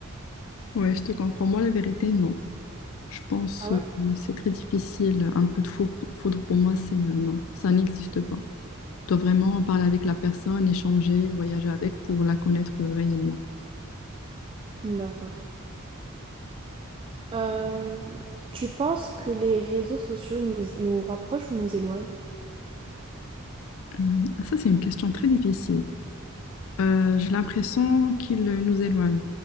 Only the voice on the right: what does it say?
Ah ouais?
D'accord. Euh, tu penses que les réseaux sociaux nous, nous rapprochent ou nous éloignent?